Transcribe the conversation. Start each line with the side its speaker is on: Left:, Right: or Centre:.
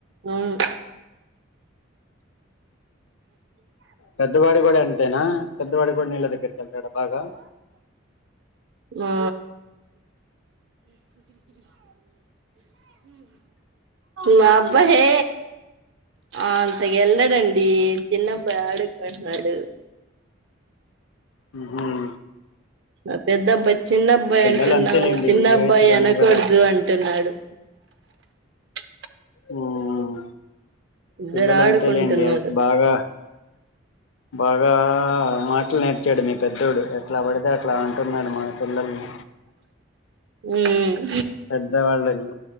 Right: హ్మ్మ్
Left: పెద్దవాడి కూడా అన్ అంతేనా పేద్దవాడి కూడా నీళ్ల దగ్గరికి పెద్దడు బాగా
Right: ఆ మా అబ్బాయి హే అంత వెళ్ళాడండి చిన్నబ్బాయి ఆడుకుంటున్నాడు.
Left: హ్మ్మ్
Right: మా పెద్ద అబ్బాయి చిన్న అబ్బాయి
Left: పిల్లలు
Right: అంత ఉన్న
Left: అంతేలేండి
Right: కూడా చిన్న
Left: ఈ
Right: అబ్బాయి
Left: వయసులోనే
Right: అనకూడదు
Left: కదా
Right: అంటున్నాడు. అ
Left: ఉమ్
Right: ఇద్దరు
Left: పిల్లలు
Right: ఆడుకుంటున్నారు
Left: అంతే లేండి బాగా బాగా మాటలు నేర్చాడు మీ పెద్దోడు ఎట్లా పడితే అట్లా అంటున్నాడు మా పిల్లల్ని.
Right: హ్మ్మ్
Left: పెద్దవాళ్ళని